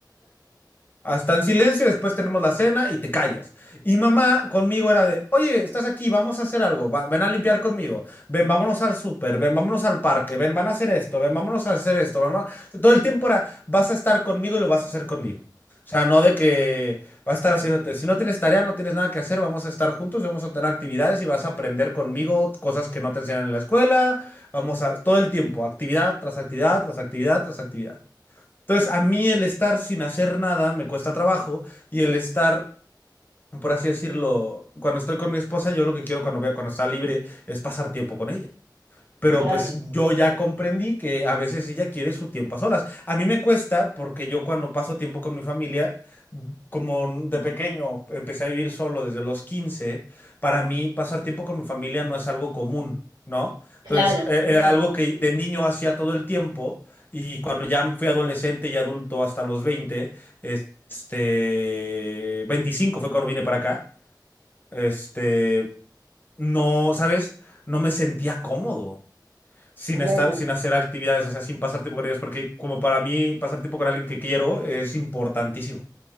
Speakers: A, on the left; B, on the right.
A: Hasta en silencio, después tenemos la cena y te callas. Y mamá conmigo era de, oye, estás aquí, vamos a hacer algo, va- ven a limpiar conmigo, ven, vámonos al súper, ven, vámonos al parque, ven, van a hacer esto, ven, vámonos a hacer esto, mamá. Todo el tiempo era, vas a estar conmigo y lo vas a hacer conmigo. O sea, no de que vas a estar haciéndote, si no tienes tarea, no tienes nada que hacer, vamos a estar juntos y vamos a tener actividades y vas a aprender conmigo cosas que no te enseñan en la escuela, vamos a, todo el tiempo, actividad tras actividad, tras actividad, tras actividad. Entonces, a mí el estar sin hacer nada me cuesta trabajo y el estar, por así decirlo, cuando estoy con mi esposa, yo lo que quiero cuando, ve- cuando está libre es pasar tiempo con ella. Pero
B: Claro,
A: pues yo ya comprendí que a veces ella quiere su tiempo a solas. A mí me cuesta porque yo cuando paso tiempo con mi familia, como de pequeño empecé a vivir solo desde los quince para mí pasar tiempo con mi familia no es algo común, ¿no? Entonces,
B: claro,
A: eh, era
B: mm,
A: algo que de niño hacía todo el tiempo y cuando ya fui adolescente y adulto hasta los veinte este, 25 fue cuando vine para acá, este, no, ¿sabes? No me sentía cómodo sin
B: claro,
A: estar, sin hacer actividades, o sea, sin pasar tiempo con ellos, porque como para mí pasar tiempo con alguien que quiero es importantísimo.